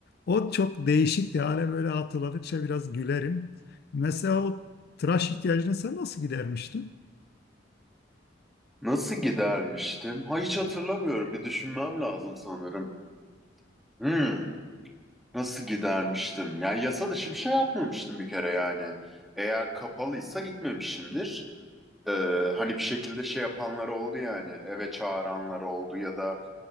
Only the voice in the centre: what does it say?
Nasıl gidermiştim? Ha, hiç hatırlamıyorum. Bir düşünmem lazım sanırım. Hmm. Nasıl gidermiştim? Yani yasa dışı bir şey yapmamıştım bir kere yani. Eğer kapalıysa gitmemişimdir. Ee, hani bir şekilde şey yapanlar oldu yani. Eve çağıranlar oldu ya da